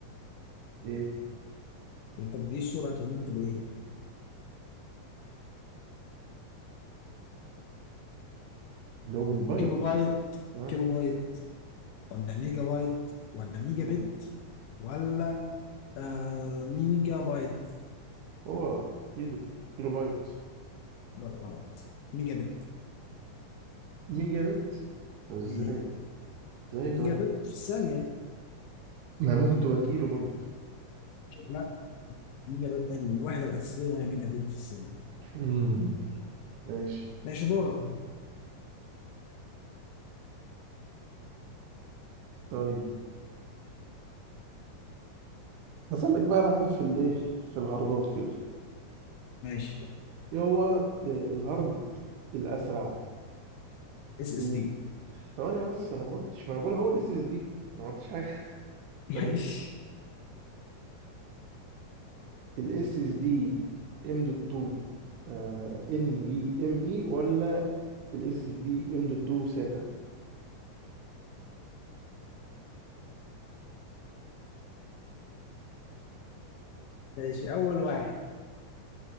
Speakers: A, on the right (about 75°); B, on the left (about 85°).
A: ايه
B: انت بتقيس سرعة النت بايه؟
A: اللي هو بالبايت
B: كيلو بايت
A: اه
B: كيلو بايت ولا ميجا بايت ولا ميجا
A: هو
B: بت ولا آه ميجا بايت
A: هو كيلو كيلو بايت
B: لا غلط ميجا بت
A: ميجا بت طب ازاي
B: مم.
A: ازاي طيب
B: ميجا بت في الثانية
A: ما ممكن تبقى كيلو برضه
B: لا ميجا بت الوحدة الأساسية هي ميجا بت في الثانية
A: امم ماشي
B: ماشي دورك
A: طيب هسألك بقى على حاجة في الايه في الهاردات كده
B: ماشي
A: ايه هو آه، الهارد الأسرع
B: اس
A: ال-
B: اس دي
A: ثواني بس انا ما قلتش ما انا بقول هو الاس اس دي انا ما قلتش حاجة <laughs>
B: ماشي
A: طب الاس اس دي ام دوت 2 ان في ام اي ولا الاس اس دي ام دوت 2 ساتا
B: ماشي أول واحد